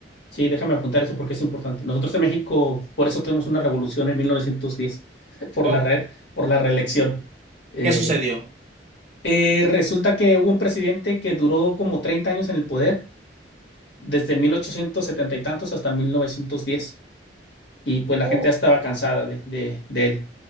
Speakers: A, on the left (about 85°); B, on the right (about 40°).
A: Sí, déjame apuntar eso porque es importante. Nosotros en México, por eso tuvimos una revolución en 1910 <laughs> por
B: Oh,
A: la re- por la reelección. Eh,
B: ¿qué sucedió?
A: eh, resulta que hubo un presidente que duró como 30 años en el poder, desde 1870 y tantos hasta 1910, y pues la
B: Oh,
A: gente ya estaba cansada de, de, de él.